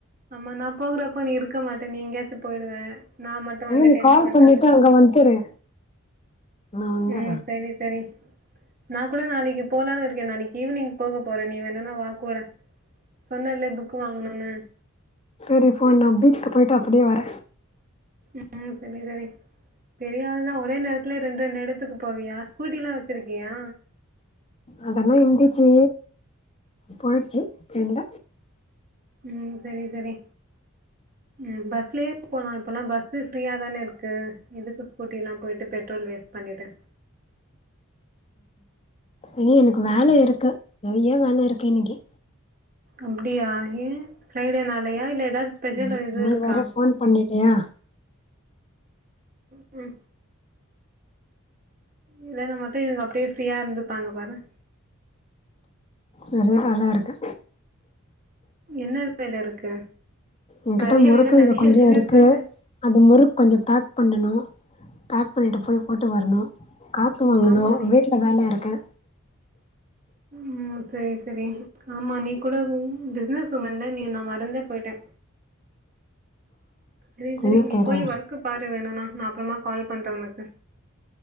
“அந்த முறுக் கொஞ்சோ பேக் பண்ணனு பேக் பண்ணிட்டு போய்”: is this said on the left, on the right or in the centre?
Left